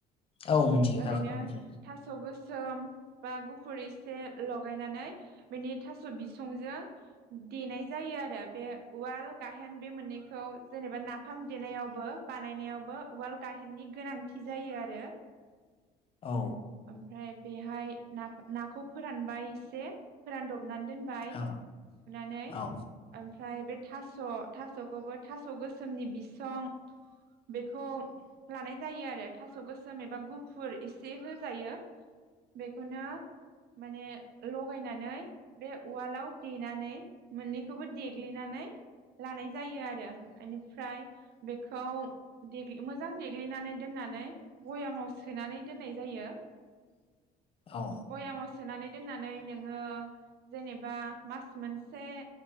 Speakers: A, on the left; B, on the right.
A: औ मिथियो
B: ओरैनो
A: थारखौथ' मिथियो
B: थास गोस सोम बा गुफुरिस एसे लगायनानै बेनि थास बिसंजों देनाय जायो आरो बे उवाल गाहेन बे मोननैखौ जेनेबा नाफाम देनायावबो बानायनायावबो उवाल गाहेननि गोनांथि जायो आरो।
A: औ
B: ओमफ्राय बेहाय ना-नाखौ। फोरानबाय एसे फोरानदब सुनानै दोनबाय
A: औ
B: सुनानै
A: औ
B: ओमफ्राय बे थास स थासखौबो थास गोसोम गोसोमनि बिसं बेखौ लानाय जायो आरो थास गोसोम एबा गुफुर एसे होजायो। बेखौनो माने लगायनानै <unintelligible> बे उवालाव देनानै मोननै बेखौबो देग्लिनानै लानाय जायो आरो आनिफ्राय बेखौ देग्लि मोजां देग्लिनानै दोननानै भयामाव सोनानै दोननाय जायो।
A: औ
B: बयामाव सोनानै दोननानै नोङो जेनेबा मास मोनसे